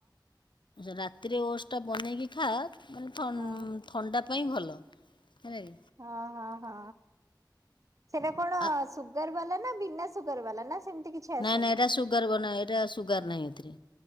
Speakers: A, on the left; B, on the right.
A: ରାତିରେ ଓଡ଼ସ ଟା ବନେଇକି ଖାଆ ମାନେ
B: ହଁ
A: ଥଣ୍ଡା ପାଇଁ ଭଲ। <unintelligible>
B: ହଁ ହଁ ହଁ। ସେଟା କଣ
A: ଆ
B: ସୁଗାର ବାଲା ନା ବିନା ସୁୁଗର ବାଲା ନା ସେମିତି କିଛି ଆସେନି?
A: ନାଇଁ ନାଇଁ ଏଟା ସୁଗାର ବନା ଏଟା ସୁଗାର ନାହିଁ ଏଥିରେ